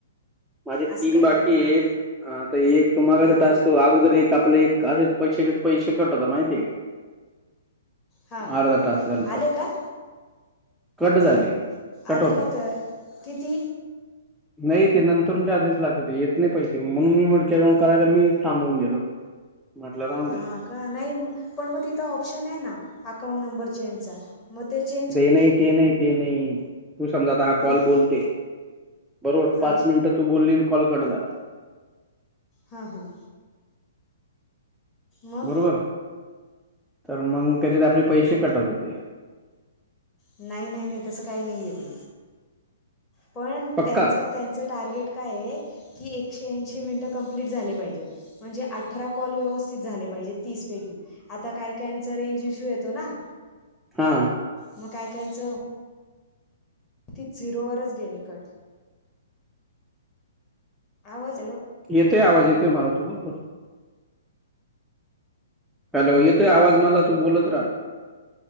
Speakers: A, in the centre; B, on the left.
A: माझे तीन
B: असं काय
A: बाकीयेत,
B: कर हां
A: आता एक तुम्हाला
B: हां
A: टास्क तो अगोदर एक, आपले एक, असेच पैशाचे पैसे कट होतात माहितीय का.
B: हां
A: अर्धा तास झालं
B: आले
A: तर,
B: का
A: कट झाले, कट
B: आले
A: होतात
B: का
A: ते.
B: तर किती?
A: नाही ते नंतरून टाकावेच लागतात. येत नाही पैसे. म्हणून मी <unintelligible> मी हेच थांबवून गेलो. म्हटलं राहून दे
B: हा का? नाही, पण मग तिथं ऑप्शन आहे ना, अकाउंट नंबर चेंजचा. म तेचे
A: ते नाही, ते नाही, ते नाही तू समजा आता हा कॉल
B: मग
A: बोलते बरोबर
B: हां
A: पाच मिनिटं तू बोलली न कॉल कट झाला.
B: हां हां! मग
A: बरोबर? तर मग त्याच्यात आपले पैसे कट होत होते.
B: नाय, नाय, नाय, तसं काही नाहीयं ते. पण
A: पक्का
B: त्यांचं, त्यांचं टार्गेट कायये की, एकशे ऐंशी मिनटं कंप्लीट झाले पाहिजेत. म्हणजे अठरा कॉल व्यवस्थित झाले पाहिजे, तीसपैकी. आता काय काइंचा रेंज इश्यू येतो ना?
A: हा!
B: मग काय काइंचं ती झिरोवरच गेले कट. आवाज, हॅलो.
A: येतोय आवाज, येतोय मला, तू बोल बर हॅलो, येतोय आवाज मला, तू बोलत रहा.